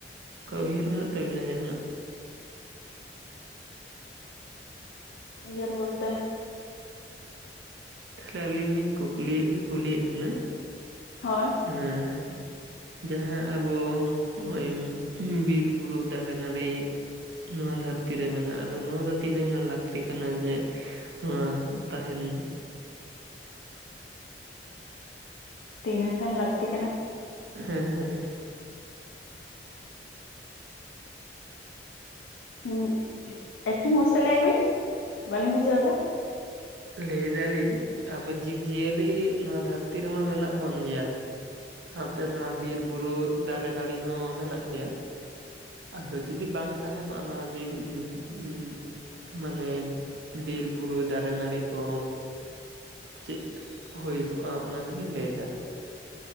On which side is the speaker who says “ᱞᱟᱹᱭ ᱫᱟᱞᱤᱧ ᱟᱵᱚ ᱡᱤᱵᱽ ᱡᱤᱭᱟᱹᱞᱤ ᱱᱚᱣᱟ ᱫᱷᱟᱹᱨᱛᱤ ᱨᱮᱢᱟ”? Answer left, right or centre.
Right